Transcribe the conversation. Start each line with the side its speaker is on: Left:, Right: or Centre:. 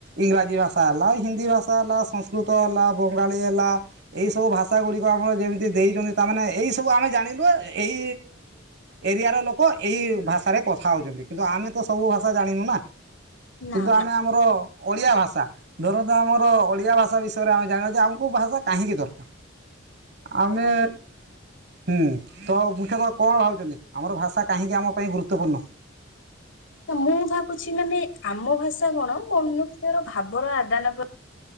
Right: ଇଂରାଜୀ ଭାଷା ହେଲା ହିନ୍ଦୀ ଭାଷା ହେଲା ସଂସ୍କୃତ ହେଲା ବଙ୍ଗାଳୀ ହେଲା ଏଇ ସବୁ ଭାଷା ଗୁଡିକ ଆମର ଯେମିତି ଦେଇଛନ୍ତି ତାମାନେେ ଏଇ ସବୁ ଆମେ ଜାଣିଲୁ ଯେ ଏଇ ଏରିଆ ର ଲୋକ ଏଇ ଭାଷାରେ କଥା ହଉଛନ୍ତି କିନ୍ତୁ ଆମେ ତ ସବୁ ଭାଷା ଜାଣିନୁ ନା
Left: ନା
Right: କିନ୍ତୁ
Left: ନା
Right: ଆମେ ଆମର ଓଡିଆ ଭାଷା ଧରନ୍ତୁ ଆମର ଓଡିଆ ଭାଷା ବିଷୟରେ ଆମେ ଜାଣିବା ଯେ ଆମକୁ ଭାଷା କାହିଁକି ଦରକାର? ଆମେ
Left: ନିହାତି।
Right: ହୁଁ ତ ମୁଖ୍ୟତଃ କଣ ଭାବୁଛନ୍ତି ଆମର ଭାଷା କାହିଁକି ଆମ ପାଇଁ ଗୁରୁତ୍ୱପୂର୍ଣ୍ଣ।
Left: ମୁଁ ଭାବୁଛି ମାନେ ଆମ ଭାଷା କଣ ମନୁଷ୍ୟର ଭାବର ଆଦାନ ପ୍ରଦା